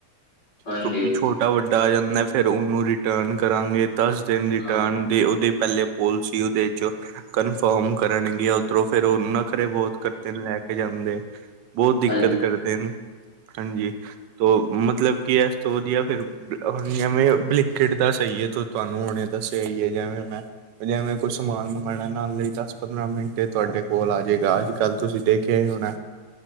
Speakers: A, on the left; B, on the right.
A: ਹਾਂਜੀ
B: ਕਿਉਂਕਿ ਛੋਟ ਟਾ ਵੱਡਾ ਆ ਜਾਂਦਾ ਫੇਰ ਉਹਨੂੰ ਰਿਟਰਨ ਕਰਾਂਗੇ ਦਸ ਦਿਨ ਰਿਟਰਨ
A: ਹਾਂ
B: ਦੇ ਉਹਦੇ ਪਹਿਲੇ ਪੋਲ ਸੀ ਉਹਦੇ ਚ ਕਨਫਰਮ ਕਰਨਗੇ ਉਧਰੋਂ ਫੇਰ ਉਹਨ ਨਖ਼ਰੇ ਬਹੁਤ ਕਰਦੇ ਨੇ ਲੈ ਕੇ ਜਾਂਦੇ ਬਹੁਤ ਦਿੱਕਤ
A: ਹਾਂਜੀ
B: ਕਰਦੇ ਨੇ, ਹਾਂਜੀ। ਤੋ ਮਤਲਬ ਕੀ ਇਸ ਤੋਂ ਵਧੀਆ ਫੇਰ ਹੁ ਜਿਵੇਂ ਬਲਿਕ ਇਟ ਦਾ ਸਹੀ ਇਹ ਤੂੰ-ਤੁਹਾਨੂੰ ਹੁਣੇ ਦੱਸਿਆ ਹੀ ਐ ਜਿਵੇਂ ਮੈਂ। ਜਿਵੇ ਕੁਛ ਸਮਾਨ ਮੰਗਾਣਾ ਨਾਲ ਲੇ ਈ ਦਸ ਪੰਦਰਾਂ ਮਿੰਟ ਤੁਹਾਡੇ ਕੋਲ ਆ ਜਾਏ। ਅੱਜ ਕੱਲ੍ਹ ਤੁਸੀਂ ਦੇਖਿਆ ਹੀ ਹੋਣਾ